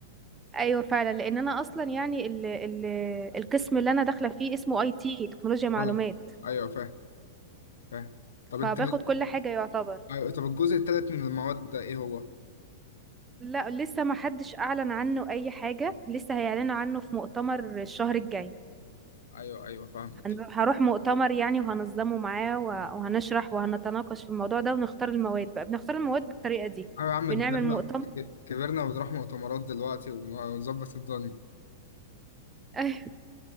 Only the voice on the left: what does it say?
اه ايوه فاهم فاهم طب انت
أيوة طب الجزء الثالث من المواد ده ايه هو؟
ايوه ايوه فاهمك
ايوه يا عم
كبرنا
كبرنا وبنروح مؤتمرات دلوقتي ونظبط الدنيا